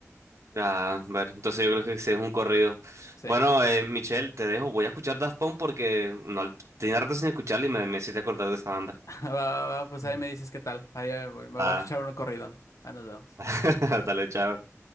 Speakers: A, on the right (about 70°); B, on the left (about 85°).
A: Ah, bueno, entonces yo
B: Ujú.
A: creo que ese es un corrido.
B: Sí.
A: Bueno, eh, Michelle, te dejo, voy a escuchar Daft Punk porque no, tenía rato sin escucharla y me, me hiciste acordar de esa banda.
B: <laughs> Va, va, va, pues
A: Mm.
B: ahí me dices qué tal. Ahí eh, voy- me
A: Ah,
B: voy a escuchar un corrido. Ahí nos vemos.
A: <laughs> dale, chao.